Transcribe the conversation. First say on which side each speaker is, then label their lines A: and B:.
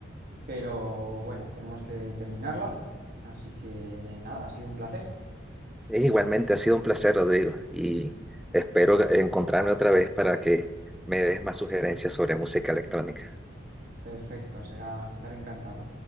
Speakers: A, on the right; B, in the centre.
A: pero bueno, tenemos que terminarla. Así que nada, ha sido un placer.
B: Es igualmente, ha sido un placer, Rodrigo, y espero encontrarme otra vez para que me des más sugerencias sobre música electrónica.
A: Perfecto, será estar encantado.